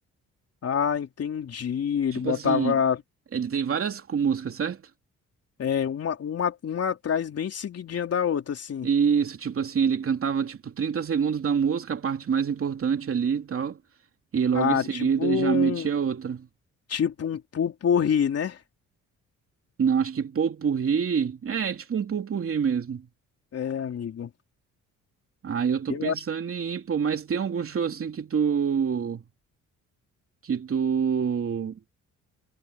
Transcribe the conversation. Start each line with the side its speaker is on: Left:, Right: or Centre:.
Left: Ah, entendi. Ele
Right: Tipo
Left: botava
Right: assim, ele tem várias cu- músicas, certo?
Left: é, uma, uma, uma atrás bem seguidinha da outra, assim.
Right: Isso, tipo assim, ele cantava tipo 30 segundos da música, a parte mais importante ali e tal, e logo
Left: Ah,
Right: em seguida
Left: tipo
Right: já
Left: um,
Right: metia outra.
Left: tipo um pupurri, né?
Right: Não, acho que Popurrí, é, tipo um Popurrí mesmo.
Left: É, amigo.
Right: Ah, eu tô
Left: Eu
Right: pensando
Left: acho,
Right: em ir, pô, mas tem algum show assim que tu que tu